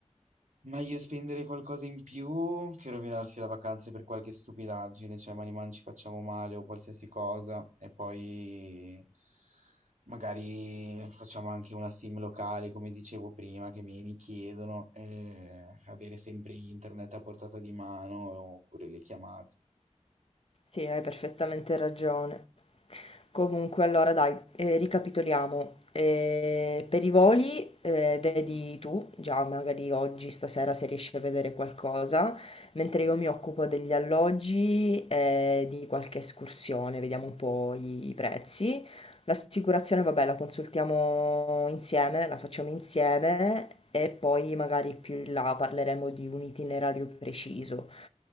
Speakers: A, on the right (about 80°); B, on the left (about 50°).
A: meglio spendere qualcosa in più che rovinarsi la vacanza per qualche stupidaggine, cioè man ci facciamo male o qualsiasi cosa e poi magari facciamo anche una sim locale, come dicevo prima, che mi, mi chiedono, eh, avere sempre internet a portata di mano oppure le chiamate.
B: Sì, hai perfettamente ragione. Comunque, allora dai, eh, ricapitoliamo. Eh, per i voli, eh, vedi tu, già magari oggi, stasera, se riesci a vedere qualcosa, mentre io mi occupo degli alloggi e di qualche escursione, vediamo un po' i, i prezzi. L'assicurazione, vabbè, la consultiamo insieme, la facciamo insieme e poi magari più in là parleremo di un itinerario preciso.